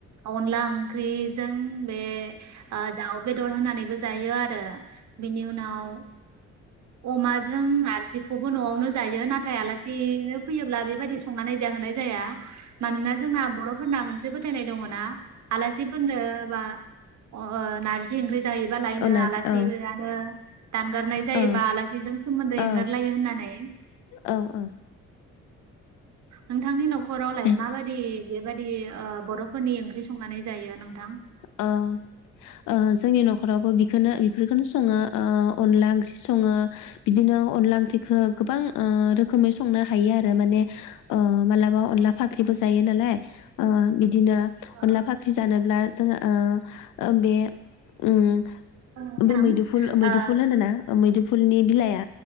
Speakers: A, on the right (about 65°); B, on the left (about 85°).
A: अनला ओंख्रिजों बे ओ दाउ बेदर होनानैबो जायो आरो बिनि उनाव ओ अमा जों नारजिखौबो न'आवनो जायो। नाथाय आलासिनो फैयोब्ला बेबायदि संनानै जाहोनाय जाया। मानोना जोंना बर'फोरना मोनसे फोथायनाय दङना आलासिफोरनो बा अज्ञो नारजि ओंख्रि जाहैबालायनो
B: नार
A: आलासि
B: औ,
A: फैयानो। दानगारनाय जायोबा
B: औ,
A: आलासिजों सोमोन्दै
B: औ,
A: एंगारलायो होननानै
B: औ औ
A: नोंथांनि न'खरावलाय
B: उ,
A: माबायदि बेबायदि ओ बर'फोरनि ओंख्रि संनानै जायो नोंथां?
B: अ ओ जोंनि न'खरावबो बेखौनो बेफोरखौनो संङो अनला ओंख्रि संङो। बिदिनो अनला ओंख्रिखौ गोबां ओ रोखोमै संनो हायो आरो माने ओ मालाबा अनला फाख्रिबो जायो नालाय ओ बिदिनो अनला
A: औ
B: फाख्रि जानोब्ला जोंङो ओ बे ओम
A: नोंथां
B: बे मैदुफुल मैदुफुल
A: ओ
B: होनो ना ओ मैदुफुलनि बिलाइआ